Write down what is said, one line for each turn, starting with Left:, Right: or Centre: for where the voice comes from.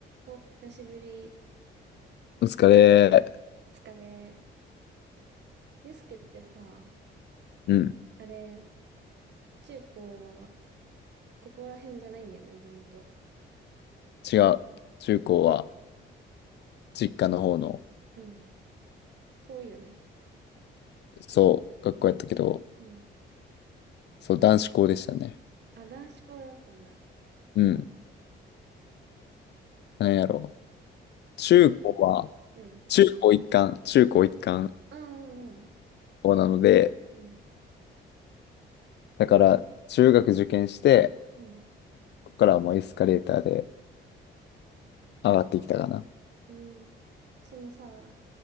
Right: お、久しぶり。
Left: お疲れ。
Right: お疲れ。ゆうすけってさ、
Left: うん、
Right: あれ、中高は、ここら辺じゃないんだよね、地元。
Left: 違う。中高は実家の方の、
Right: うん。遠いよね。
Left: そう、学校やったけど、
Right: うん。
Left: そう、男子校でしたね。
Right: あ、男子校だったんだ。
Left: うん、なんやろ。中高は、
Right: うん。
Left: 中高一貫、中高一貫
Right: うんうん
Left: 校なので、
Right: うん。
Left: だから、中学受験して、
Right: うん。うん。
Left: ここからはもうエスカレーターで上がってきたかな。
Right: うん。そのさ、